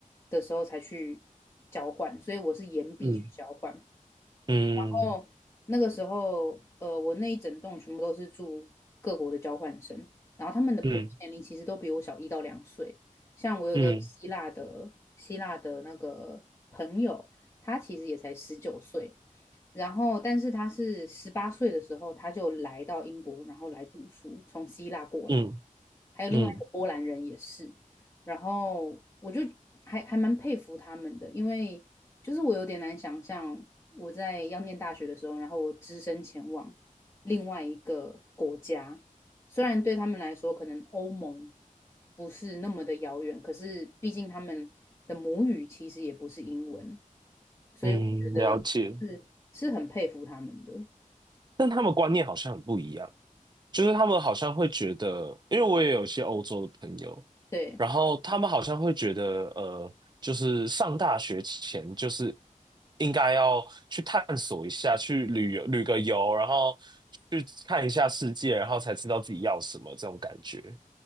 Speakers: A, on the left; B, on the right.
A: 的时候才去交换，所以我是延毕去交换，
B: 嗯。嗯
A: 后那个时候，呃，我那一整栋全部都是住各国的交换生，然后他们的普遍年龄其实都比我小一到两岁。
B: 嗯
A: 像我有个希腊的希腊的那个朋友，
B: 嗯
A: 他其实也才十九岁，然后但是他是十八岁的时候他就来到英国，然后来读书，从希腊过来。
B: 嗯
A: 还有另外一个波兰人也是，
B: 嗯
A: 然后我就还还蛮佩服他们的，因为就是我有点难想象我在要念大学的时候，然后我只身前往另外一个国家，虽然对他们来说可能欧盟不是那么的遥远，可是毕竟他们的母语其实也不是英文，所以我觉得是是很佩服他们的。
B: 嗯，了解。但他们观念好像很不一样，就是他们好像会觉得，因为我也有一些欧洲的朋友，
A: 对，
B: 然后他们好像会觉得，呃，就是上大学前就是应该要去探索一下，去旅游旅个游，然后去看一下世界，然后才知道自己要什么这种感觉。